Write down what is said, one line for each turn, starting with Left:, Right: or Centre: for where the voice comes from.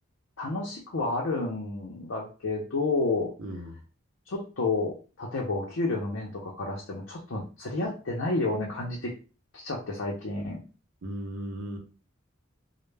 Left: あ、楽しくはあるんだけど、
Right: うん。
Left: ちょっと、例えばお給料の面とかからしても、ちょっと釣り合ってないような感じてきちゃって最近。
Right: うーん。